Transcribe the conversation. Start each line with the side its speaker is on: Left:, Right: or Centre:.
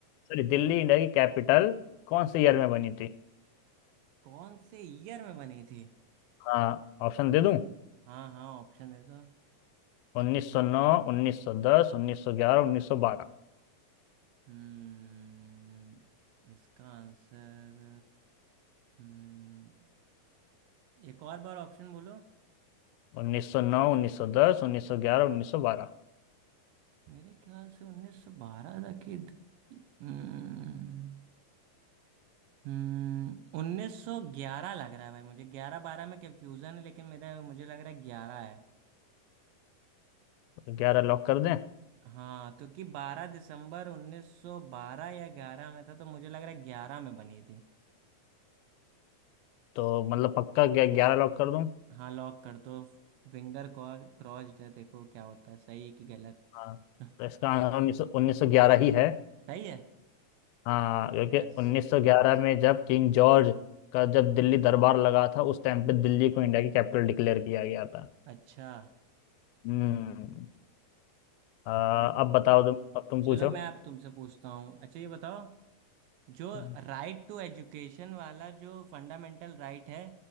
Left: सॉरी दिल्ली इंडिया की कैपिटल कौन से ईयर में बनी थी
Right: कौन से ईयर में बनी थी
Left: हाँ ऑप्शन दे दूं
Right: हाँ हाँ ऑप्शन दे दो
Left: 1909 1910 1911 1912
Right: हम्म इसका आंसर हम्म एक और बार ऑप्शन बोलो
Left: 1909 1910 1911 1912 ग्यारह उन्नीस सौ बारह। उन्नीस सौ नौ, उन्नीस सौ दस, उन्नीस सौ ग्यारह, उन्नीस सौ बारह।
Right: मेरे ख्याल से 1912 तक की हम्म हम्म उन्नीस सौ ग्यारह लग रहा है भाई मुझे ग्यारह बारह में कंफ्यूजन है लेकिन मेरा मुझे लग रहा है ग्यारह है
Left: तो ग्यारह लॉक कर दें
Right: हाँ क्योंकि बारह दिसंबर उन्नीस सौ बारह या ग्यारह में था तो मुझे लग रहा है ग्यारह में बनी थी
Left: तो मतलब पक्का ग्यारह लॉक कर दूं
Right: हाँ लॉक कर दो फिंगर क्रॉस्ड है देखो क्या होता है सही है कि गलत
Left: हाँ
Right: <laughs>
Left: तो इसका आंसर उन्नीस सौ उन्नीस सौ ग्यारह ही है
Right: सही है
Left: हाँ क्योंकि
Right: यस
Left: 1911 में जब किंग जॉर्ज का जब दिल्ली दरबार लगा था उस टाइम पे दिल्ली को इंडिया की कैपिटल डिक्लेयर किया गया था
Right: अच्छा
Left: हम्म अ,
Right: हम्म।
Left: अब बताओ तुम अब तुम पूछो
Right: चलो मैं अब तुमसे पूछता हूँ अच्छा ये बताओ जो
Left: हम्म
Right: राइट टू एजुकेशन वाला जो फंडामेंटल राइट है